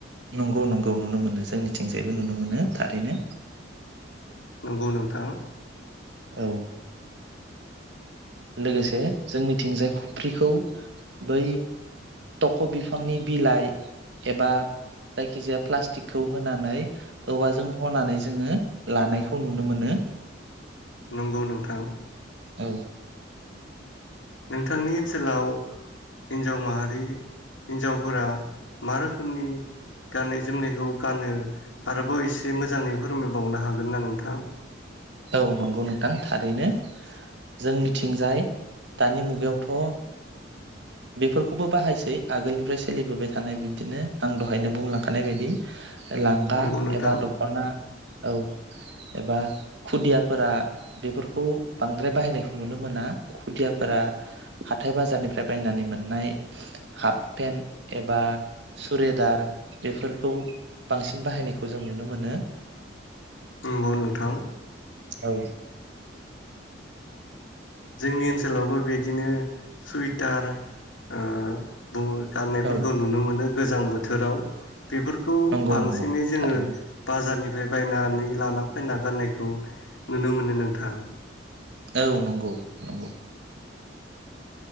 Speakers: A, on the right; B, on the left.
A: नंगौ-नंगौ नुनो मोनो जोंनिथिंजायबो नुनो मोनो थारैनो
B: नंगौ नोंथां
A: औ लोगोसे जोंनिथिंजाय खफ्रिखौ बै थख' बिफांनि बिलाइ एबा जायखिजाया प्लास्टिकखौ होनानै औवाजों हनानै जोङो लानायखौ नुनो मोनो
B: नंगौ नोंथां
A: औ
B: नोंथांनि ओनसोलाव हिन्जाव माहारि हिन्जावफोरा मा रोखोमनि गाननाय जोमनायखौ गानो आरोबाव एसे मोजाङै फोरमायबावनो हागोनना नोंथां
A: औ नंगौ नोंथां थारैनो। जोंनि थिंजाय दानि मुगायावथ' ओ बेफोरखौबो बाहायसै आगोलनिफ्राय सोलिबोबाय थानाय बिब्दिनो आं दहायनो बुंलांखानाय बायदि लांगा
B: नंगौ नोंथां
A: एबा दख'ना औ एबा खुदियाफोरा बेफोरखौ बांद्राय बाहायनायखौ नुनो मोना खुदियाफोरा हाथाय बाजारनिफ्राय बायनानै मोननाय हाफ पेन्ट एबा सुरेदार बेफोरखौ बांसिन बाहायनायखौ जों नुनो मोनो।
B: नंगौ नोंथां।
A: औ
B: जोंनि ओनसोलावबो बिदिनो सुइटार ओ बहुथ गाननायफोरखौ
A: औ
B: नुनो मोनो गोजांबो बोथोराव। बेफोरखौ
A: नंगौ
B: बांसिनै
A: नंगौ
B: जोंङो
A: थारैनो
B: बाजारनि बे बायनानै लाना फैना गाननायखौ नुनो मोनो नोंथां।
A: औ नंगौ नंगौ